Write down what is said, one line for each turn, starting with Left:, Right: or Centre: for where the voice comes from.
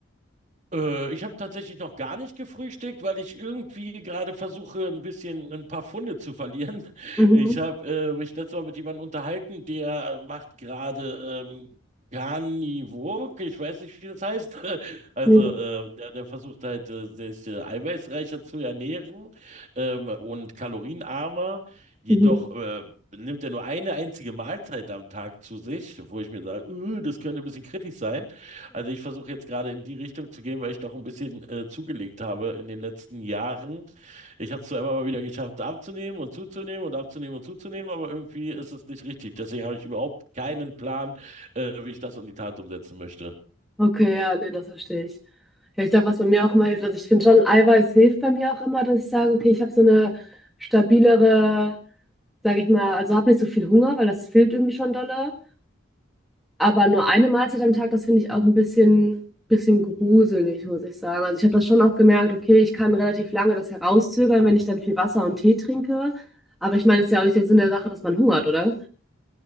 Right: Äh, ich habe tatsächlich noch gar nicht gefrühstückt, weil ich irgendwie gerade versuche, ein bisschen ein paar Pfunde zu verlieren. <laughs>
Centre: Mhm.
Right: Ich habe äh, mich letztes Mal mit jemandem unterhalten, der macht gerade ähm, Carnivore, ich weiß nicht, wie das heißt. <laughs> Also
Centre: Ja.
Right: äh, der, der versucht halt, äh, sich äh, eiweißreicher zu ernähren ähm, und kalorienarmer. Jedoch
Centre: Mhm.
Right: äh, nimmt er nur eine einzige Mahlzeit am Tag zu sich, wo ich mir sage, "Äh, das könnte ein bisschen kritisch sein. Also ich versuche jetzt gerade in die Richtung zu gehen, weil ich doch ein bisschen äh, zugelegt habe in den letzten Jahren. Ich habe es zwar immer mal wieder geschafft, abzunehmen und zuzunehmen und abzunehmen und zuzunehmen, aber irgendwie ist es nicht richtig. Deswegen habe ich überhaupt keinen Plan, äh, wie ich das in die Tat umsetzen möchte.
Centre: Okay, ja, nee, das verstehe ich. Ja, ich glaube, was bei mir auch immer hilft, also ich finde schon, Eiweiß hilft bei mir auch immer, dass ich sage, okay, ich habe so eine stabilere, sage ich mal, also habe nicht so viel Hunger, weil das fehlt irgendwie schon dolle. Aber nur eine Mahlzeit am Tag, das finde ich auch ein bisschen, bisschen gruselig, muss ich sagen. Also ich habe das schon auch gemerkt, okay, ich kann relativ lange das herauszögern, wenn ich dann viel Wasser und Tee trinke. Aber ich meine, es ist ja auch nicht der Sinn der Sache, dass man hungert, oder?